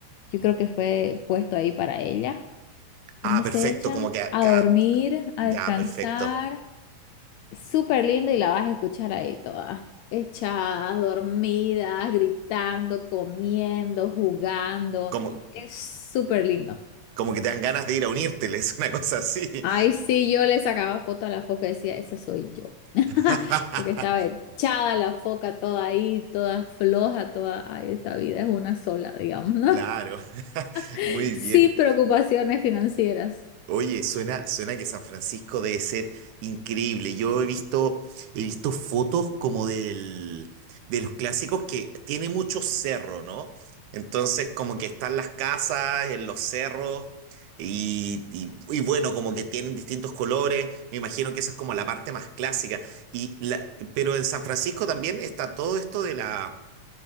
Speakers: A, on the left; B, on the right.
A: yo creo que fue puesto ahí para ella, donde
B: Ah, perfecto,
A: se echan
B: como que acá.
A: a dormir, a
B: Ya,
A: descansar.
B: perfecto.
A: Súper lindo y la vas a escuchar ahí toda. Echadas, dormidas, gritando, comiendo, jugando.
B: Como,
A: Es súper lindo.
B: Como que te dan ganas de ir a unírteles, <laughs> una cosa así.
A: Ay, sí, yo le sacaba foto a la foca y decía, esa soy yo. <laughs>
B: <laughs>
A: Porque estaba echada la foca toda ahí, toda floja, toda, ay, esta vida es una sola, digamos, ¿no?
B: Claro, <laughs>
A: <laughs>
B: muy bien.
A: Sin preocupaciones financieras.
B: Oye, suena, suena que San Francisco debe ser increíble. Yo he visto, he visto fotos como del, de los clásicos que tiene mucho cerro, ¿no? Entonces, como que están las casas en los cerros y, y- y bueno, como que tienen distintos colores. Me imagino que esa es como la parte más clásica. Y la, pero en San Francisco también está todo esto de la